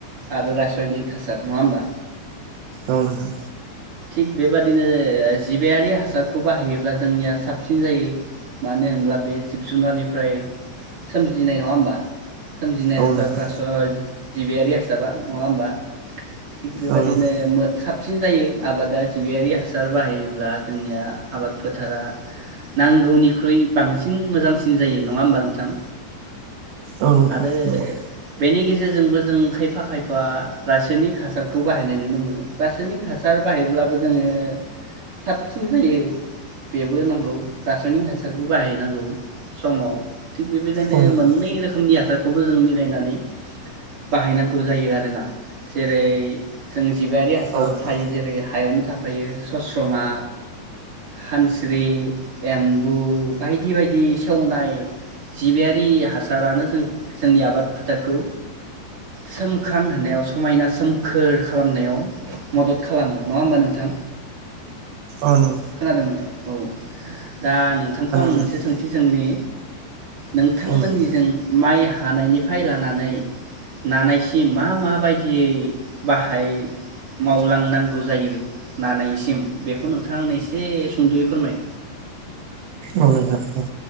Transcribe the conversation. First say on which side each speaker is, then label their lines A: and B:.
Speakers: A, on the right; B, on the right.
A: आरो रासयनिक हासार नङा होमबा
B: औ नोंथां
A: थिग बेबादिनो जिबायारि हासारखौ बाहायोब्ला जोंनिया साबसिन जायो मानो होनब्ला बे जिब जुनारनिफ्राय सोमजिनाय नङा होमबा सोमजिनाय
B: औ
A: हासार
B: नोंथां
A: रासय जिबियारि हासारा नङा होमबा थिग बेबायदिनो
B: औ नोंथां
A: मो साब सिन जायो आबादा जिबियारि हासार बाहायोब्ला जोंनिया आबाद फोथारा नांगौनिख्रुइ बांसिन मोजांसिन जायो नङा होमबा नोंथां
B: औ नोंथां
A: आरो
B: नोंगौ
A: बेनि गेजेरजोंबो जों खायफा खायफा रासयनिक हासारखौ बाहायनाय नुनो मोनो रासयनिक हासार बाहायब्लाबो जोङो साबसिन जायो बेबो नंगौ रासयनिक हासारबो बाहायनांगौ समाव थिग बेबायदिनो
B: औ नोंथां
A: मोन्नै
B: नंगौ
A: रोखोम इ हासारखौबो जों मिलायनानै बाहायनांगौ जायो आरोना जेरै जों जिबियारि हासाराव
B: औ नोंथां औ नोंथां
A: थायो जेरै हायावनो थाफायो सस्रमा, हानस्रि, एम्बु बायदि बायदि सेवनाय जिबियारि हासारानो जों-जोंनि आबाद फोथारखौ सोमखां होनायाव समायना सोमखोर खालामनायाव मदद खालामो नङा होमबा नोंथां
B: औ नों
A: खोनादों नोंथां औ दा नोंथांखौ आं
B: नोंथां
A: मोनसे सोंथि सोंनि नोंथांमोननिजों
B: औ नोंथां
A: माइ हानायनिफ्राय लानानै नानायसिम मा माबायदियै बाहाय मावलांनांगौ जायो नानायसिम बेखौ नोंथां आंनो एसे सुंदयै फोरमाय
B: औ नोंथां बुं